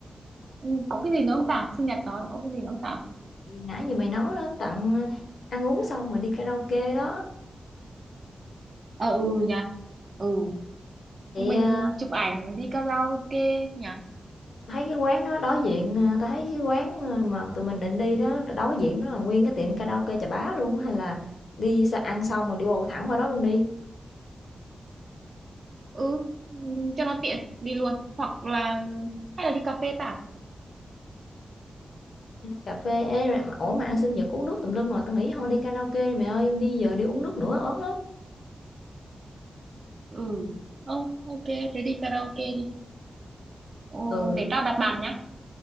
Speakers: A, on the right; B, on the left.
A: ừ, có cái gì nữa không ta sinh nhật nó nó có cái gì nữa không ta
B: Thì nãy như mày nói đó, tặng, ờ, ăn uống xong rồi đi karaoke đó,
A: ờ ừ nhỉ ừ
B: thì,
A: mình
B: ờ,
A: chụp ảnh đi karaoke nhỉ
B: thấy cái quán đó đối diện, ờ tao thấy cái quán, ơ, mà tụi mình định đi đó, đối diện nó là nguyên cái tiệm karaoke Chà Bá luôn á, hay là đi s ăn xong rồi đi bộ thẳng qua đó luôn đi,
A: ừ ừm, cho nó tiện đi luôn hoặc là hay là đi cà phê ta
B: Ờ, cà phê. Ê, mà ủa, mà ăn sinh nhật uống nước tùm lum rồi, tao nghĩ thôi đi karaoke đi mày ơi, đi giờ đi uống nước nữa ớn lắm.
A: ừ Ồ, ok thế đi karaoke đi Ồ,
B: Ừ,
A: để tao đặt bàn nhá